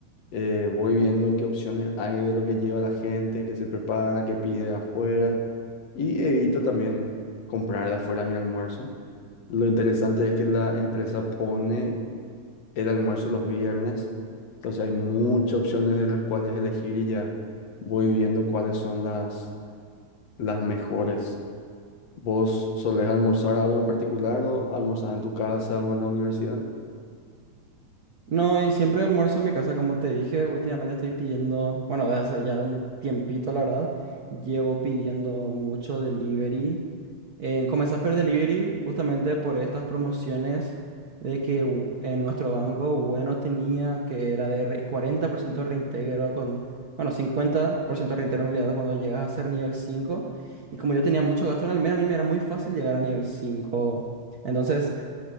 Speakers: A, on the left; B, on the right.
A: eh, voy viendo qué opciones hay de lo que lleva la gente, qué se prepara, qué pide afuera y evito también comprar de afuera mi almuerzo. Lo interesante es que la empresa pone el almuerzo los viernes, entonces hay muchas opciones de las cuales elegir y ya voy viendo cuáles son las, las mejores. ¿Vos solés almorzar algo en particular o almorzás en tu casa o en la universidad?
B: No, y siempre almuerzo en mi casa, como te dije, últimamente estoy pidiendo, bueno, desde hace ya de un tiempito, la verdad, llevo pidiendo mucho delivery. Eh, comencé a pedir delivery justamente por estas promociones de que u- en nuestro banco Bueno tenía, que era de re- 40% de reintegro con, bueno, 50% de reintegro en realidad cuando llegas a ser nivel cinco Y como yo tenía mucho gasto en el mes, a mí me era muy fácil llegar a nivel cinco Entonces...